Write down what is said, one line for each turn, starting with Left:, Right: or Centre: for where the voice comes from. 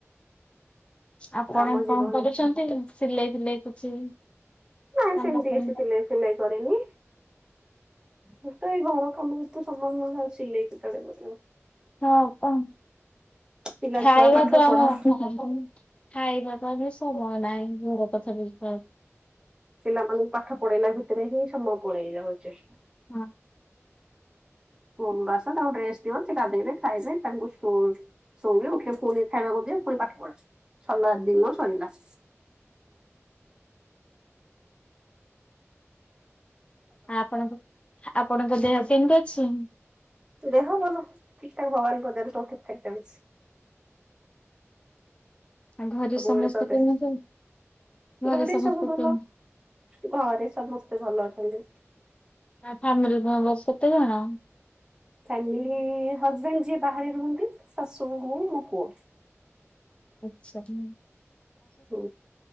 Left: ଆପଣ
Right: ଆମ ଜୀବନ
Left: କଣ କରୁଛନ୍ତି ସିଲେଇ ଫିଲେଇ କିଛି
Right: ନଁ
Left: କାମ
Right: ସେମିତି
Left: କର
Right: କି ସିଲେଇ ଫିଲାଇ କରିରେନି ମୁ ତ ଏଇ ଘର କାମରେ ତୁ ସମାନ ଆସିଲେ କେତେବେଳେ କରିବାିବ
Left: ହଁ କଣ
Right: ପିଲା
Left: ଖାଇବା
Right: ଛୁଆ ପାଠ
Left: ତ ଆମ
Right: ପଢା
Left: ଖାଇବା ପାଇଁ ବି ସମୟ ନାହିଁ ଘର କଥା ବୁଝିବାାରୁ
Right: ପିଲାମାନଙ୍କୁ ପାଠ ପଢେଇଲା ଭିତରେ ହିଁ ସମୟ ପଳେଇ ଯାଉଛି
Left: ହଁ
Right: ପରୁ ବାସ ତାଙ୍କୁ ଡ୍ରେସ ଦିଅ ସୋ ଦେେଇବେ ଖାଇବେ ତାଙ୍କୁ ଶୋ ଶୁୋଇବି ଉଠିକେ ପୁଣି ଖାଇବାକୁ ଦି ପୁଣି ପାଠ ପଢ ସରିଲା ଦିନ ସରିଲା
Left: ଆପଣଙ୍କ ଆପଣଙ୍କ ଦେହ ପନ୍ ଅଛି
Right: ଦେହ ଭଲ ଠିକ ଠାକ ଭଗବାନଙ୍କ ଦେଲେ ତୋ କେଠତ ଖ ଚାୁଛି
Left: ଆଉ ଘରେ
Right: ସବୁବେଳେ
Left: ସମସ୍ତେ
Right: ତ ଦେ
Left: କେମି ଯ
Right: ଘରେ
Left: ଘ ସମସ୍ତ
Right: ସବୁ ଭଲ
Left: ହଁ
Right: ଘରେ ସମସ୍ତେ ଭଲ ଅଛନ୍ତି।
Left: ଆ ଫ୍ୟାମିଲି ମେମ୍ବର କେତେ ଜଣ
Right: ଫାମିଲି ହଜବେଣ୍ଡ ଯିଏ ବାହାରେ ରୁହନ୍ତି ଶାଶୁ ହଉ ମୋ ପୁଅ
Left: ଆଚଛା ହୁଁ
Right: ହ